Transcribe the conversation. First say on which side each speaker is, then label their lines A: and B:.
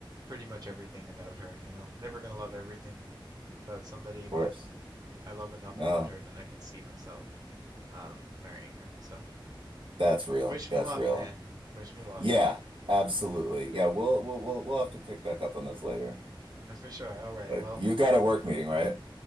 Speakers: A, on the right (about 45°); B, on the right (about 80°).
A: pretty much everything about her. You know, never gonna love everything about somebody,
B: course.
A: but I love enough
B: No,
A: about her that I could see myself um, marrying her. So
B: that's real.
A: wish
B: That's
A: me luck,
B: real.
A: man. Wish me luck.
B: Yeah, absolutely. Yeah, we'll we'll we'll we'll have to pick back up on this later.
A: Uh, For sure. All right.
B: But
A: Well,
B: you've got a work meeting, right?